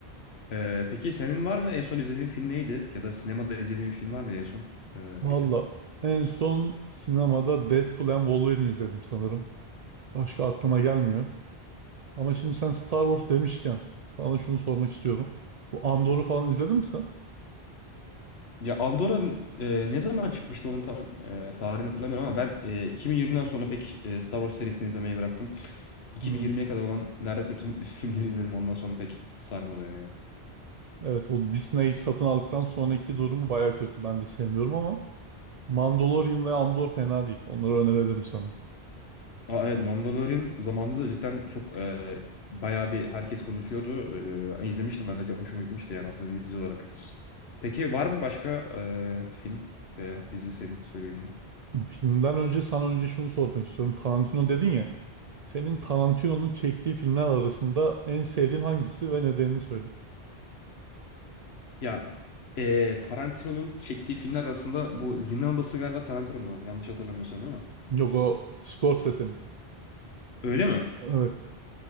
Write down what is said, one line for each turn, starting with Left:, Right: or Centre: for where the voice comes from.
Left: Ee, peki senin var mı en son izlediğin film neydi? Ya da sinemada izlediğin bir film var mıydı en son? Ee,
Right: Valla
Left: peki.
Right: en son sinemada Deadpool and Wolverine izledim sanırım. Başka aklıma gelmiyor. Ama şimdi sen Star Wars demişken sana şunu sormak istiyorum. Bu Andor'u falan izledin mi sen?
Left: Ya Andorra e, ne zaman çıkmıştı onun tam e, tarihini hatırlamıyorum ama ben e, 2020'den sonra pek e, Star Wars serisini izlemeyi bıraktım. 2020'ye
Right: Hmm.
Left: kadar olan neredeyse tüm <laughs> filmleri izledim ondan sonra pek sarmadı beni. ya.
Right: Evet o Disney satın aldıktan sonraki durumu baya kötü. Ben de sevmiyorum ama Mandalorian ve Andor fena değil. Onları önerebilirim sana.
Left: Aa, evet Mandalorian zamanında da cidden çok e, bayağı bir herkes konuşuyordu. E, izlemiştim ben de hoşuma gitmişti yani aslında bir dizi olarak. Peki var mı başka e, film veya dizi senin söyleyebileceğin?
Right: Filmden önce sana önce şunu sormak istiyorum. Tarantino dedin ya. Senin Tarantino'nun çektiği filmler arasında en sevdiğin hangisi ve nedenini söyle.
Left: Ya eee, Tarantino'nun çektiği filmler arasında bu Zindan Adası galiba Tarantino'nun o. yanlış hatırlamıyorsam değil mi?
Right: Yok o Scorsese'nin.
Left: Öyle mi?
Right: Evet.